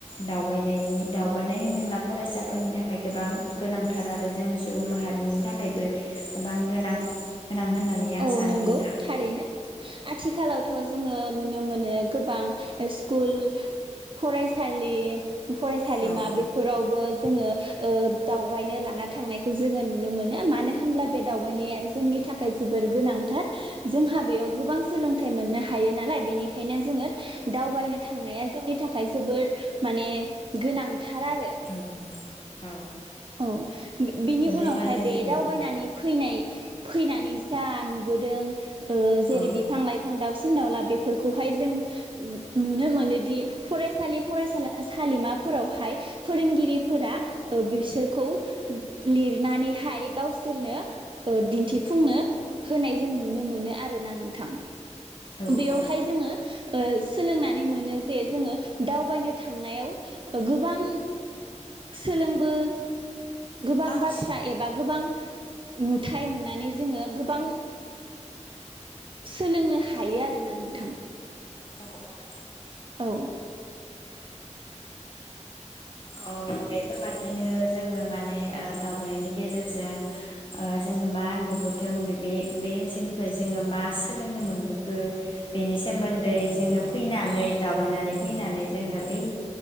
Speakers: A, on the left; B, on the right.
A: दावबायनायनि दावबायनाय होनोब्ला फरायसाफोरनि थाखाय गोबां गोनांथार आरो जों सुबुं माहारिनि थाखायबो गोबां गोनां। गोनां होननानै आं
B: औ
A: सानो
B: नोंगौ
A: नोंथां
B: थारैनो आथिखालाव थ जोङो नुनो मोनो गोबां स्कुल फरायसालि फरायसालिमा
A: औ
B: बेफोरावबो जोङो ओ दावबायनो लाना थांनायखौ जोङो नुनो मोनो मानो होनोब्ला बे दावबायनाया जोंनि थाखाय जोबोर गोनांथार। जोंहा बेयाव गोबां सोलों थाइ मोननो हायो नालाय बेनिखायनो जोङो दावबायनो थांनाया जोंनि थाखाय जोबोर माने गोनां थार आरो
A: औ औ
B: औ बिनि
A: बेबादिनो
B: उनावहाय बे दावबायनानै
A: औ
B: फैनाय फैनानै। जा नुबोदों ओ जेरै
A: औ
B: बिफां लाइफां दाउसिन सिन दावला बेफोरखौहाय जों नुनो मोनोदि फरायसालि फरायसा सालिमा फोरावहाय फोरोंगिरि फोरा ओ बिसोरखौ लिरनानैहाय गावसोरनो ओ दिन्थिफुंनो होनाय जों नुनो मोनो आरोना नोंथां।
A: औ
B: बेयावहाय
A: औ
B: जोङो ओ सोलोंनानै मोनो जे जोङो दावबायनो थांनायाव गोबां सोलोंबो गोबां
A: आं
B: बाथ्रा एबा गोबां नुथाय नुनानै जोङो गोबां सोलोंनो हायो आरोना नोंथां।
A: औ औ।
B: औ।
A: औ बेफोरबादिनो जोङो माने ओ दावबायनायनि गेजेरजों ओ जोङो मा नुबोथों बे ओनसोलनिफ्राय जोङो मा सोलोंनो मोनबोखो बेनि सोमोन्दै जोङो फैनानै दावबायनानै फैनानै जोङो बै